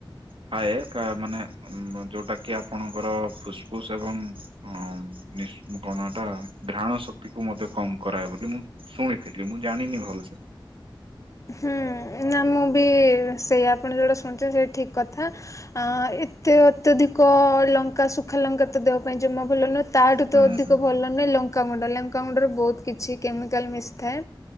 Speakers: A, on the right (about 80°); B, on the left (about 35°).
A: ଖାଏ ମାନେ ଯୋଉଟା କି ଆପଣଙ୍କର ଫୁସ୍ ଫୁସ୍ ଏବଂ ନୁ ନୀଶୀ କଣଟା ଘ୍ରାଣ ଶକ୍ତି କୁ ମଧ୍ୟ କମ କରାଏ ବୋଲି ମୁଁ ଶୁଣିଥିଲି ମୁଁ ଜାଣିନି ଭଲସେ।
B: ହୁଁ ନା ମୁଁ ବି ସେୟା ଆପଣ ଯୋଉଟା ଶୁଣୁଛନ୍ତି ସେଇଟା ଠିକ କଥା ଆଁ ଏତେ ଅତ୍ୟଧିକ ଲଙ୍କା ଶୁଖା ଲଙ୍କା ତ ଦେହ ପାଇଁ ଜମା ଭଲ ନୁହେଁ। ତାଠୁ
A: ହୁଁ
B: ତ ଅଧିକ
A: ହୁଁ
B: ଭଲ ନୁହେଁ ଲଙ୍କା ଟା ଲଙ୍କାଗୁଣ୍ଡ ଲଙ୍କାଗୁଣ୍ଡରେ ବହୁତ କିଛି କେମିକାଲ ମିଶି ଥାଏ